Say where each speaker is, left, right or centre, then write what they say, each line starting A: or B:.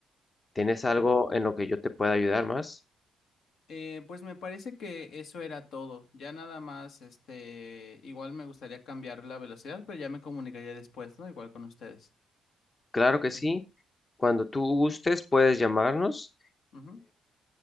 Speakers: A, on the left; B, on the left.
A: ¿tienes algo
B: sí.
A: en lo que yo te pueda ayudar más?
B: Eh, pues me parece que eso era todo. Ya nada más, este, igual me gustaría cambiar la velocidad, pero ya me comunicaría después, ¿no? Igual con ustedes.
A: Claro que sí,
B: Ujú,
A: cuando tú gustes puedes llamarnos.
B: ujú,